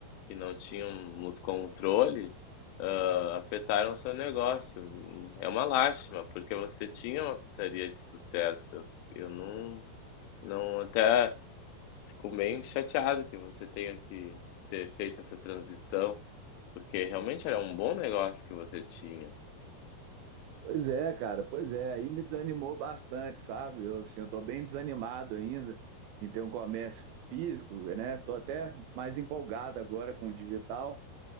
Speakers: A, on the left; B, on the right.
A: que não tínhamos controle, hã, afetaram o seu negócio. Hum, é uma lástima, porque você tinha uma pizzaria de sucesso. Eu não não até fico bem chateado que você tenha que ter feito essa transição, porque realmente era um bom negócio que você tinha.
B: Pois é, cara, pois é. Aí me desanimou bastante, sabe? Eu, assim, eu tô bem desanimado ainda em ter um comércio físico, né? Tô até mais empolgado agora com o digital